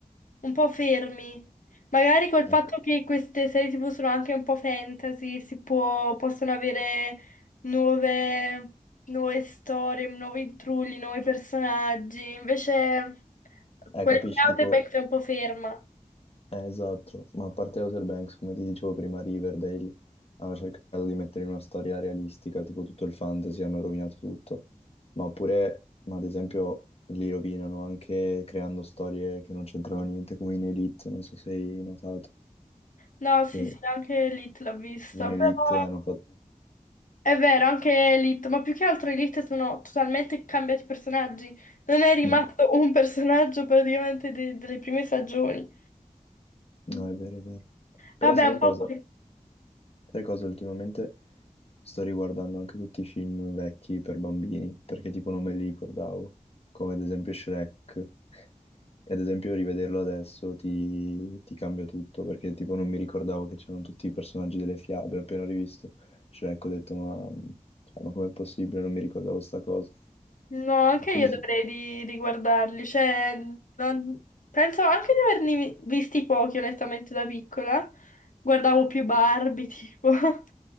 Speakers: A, on the left; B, on the left.
A: un po' fermi. Magari col
B: Ecco.
A: fatto che queste serie TV sono anche un po' fantasy, si può- possono avere nuove, nuove storie, nuovi intrulli, nuovi personaggi. Invece
B: Eh,
A: quelle
B: capisci,
A: come
B: tipo...
A: Outback è un po' ferma.
B: Eh, esatto. Ma a parte Outer Banks, come ti dicevo prima, Riverdale hanno cercato di mettere in una storia realistica, tipo tutto il fantasy, hanno rovinato tutto. Ma oppure, ma ad esempio, li rovinano anche creando storie che non c'entrano niente, come in Elite, non so se hai notato,
A: No, sì,
B: che
A: sì, anche Elite l'ho vista,
B: in Elite
A: però...
B: hanno fatto...
A: È vero, anche Elite, ma più che altro Elite sono totalmente cambiati personaggi. Non è rimasto
B: Mm.
A: un <laughs> personaggio praticamente de- delle prime stagioni.
B: No,
A: Mm.
B: è vero, è vero. Però
A: Vabbè,
B: sai
A: un
B: cosa?
A: po' qui.
B: Sai cosa ultimamente? Sto riguardando anche tutti i film vecchi per bambini, perché tipo non me li ricordavo, come ad esempio Shrek. E ad esempio rivederlo adesso ti, ti cambia tutto, perché tipo non mi ricordavo che c'erano tutti i personaggi delle fiabe. Appena rivisto Shrek ho detto ma, cioè, ma com'è possibile? Non mi ricordavo sta cosa.
A: No, anche
B: E quindi
A: io dovrei
B: sì.
A: ri- riguardarli, cioè, non- penso anche di averne vi- visti pochi, onestamente, da piccola. Guardavo più Barbie, tipo. <laughs>